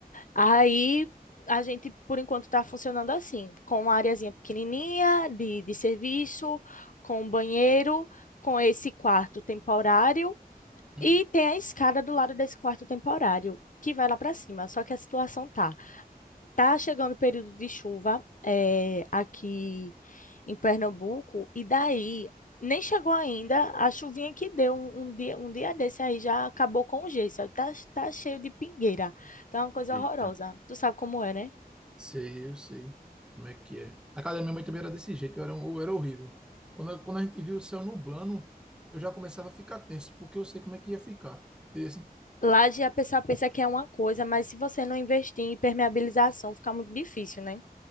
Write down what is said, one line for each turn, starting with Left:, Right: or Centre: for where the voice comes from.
Left: Aí a gente, por enquanto, está funcionando assim, com uma areazinha pequenininha de, de serviço, com um banheiro, com esse quarto temporário
Centre: Uhum.
Left: e tem a escada do lado desse quarto temporário que vai lá para cima. Só que a situação tá. Tá chegando o período de chuva é, aqui em Pernambuco, e daí nem chegou ainda a chuvinha que deu um, um dia, um dia desse aí já acabou com o gesso, tá, tá cheio de pingueira, tá uma coisa
Centre: Eita,
Left: horrorosa. Tu sabe como é, né?
Centre: sei, eu sei como é que é. Na casa da minha mãe também era desse jeito, eu era, eu era horrível. Quando, a- quando a gente viu o céu nublando, eu já começava a ficar tenso, porque eu sei como é que ia ficar. E, assim,
Left: Laje a pessoa pensa que é uma coisa, mas se você não investir em impermeabilização, fica muito difícil, né?